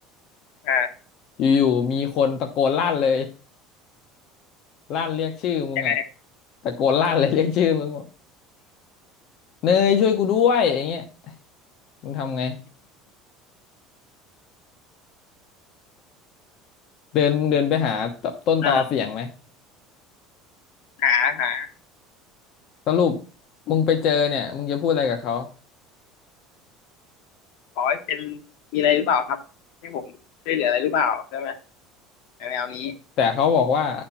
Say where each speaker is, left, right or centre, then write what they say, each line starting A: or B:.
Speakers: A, on the left; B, on the left.
A: อ่า
B: อยู่ๆมีคนตะโกนลั่นเลยลั่นเรียกชื่อมึงอะ
A: ยังไง
B: ตะโกนลั่นเลยเรียกชื่อมึงบอกเนยช่วยกูด้วยอย่างเงี้ยมึงทำไงเดินมึงเดินไปหาตต้นตอเสียงไหม
A: อ่าหาหา
B: สรุปมึงไปเจอเนี่ยมึงจะพูดอะไรกับเขา
A: ขอให้เป็นมีอะไรหรือเปล่าครับให้ผมช่วยเหลืออะไรหรือเปล่าใช่ไหมแนวๆนี้
B: แต่เขาบอกว่า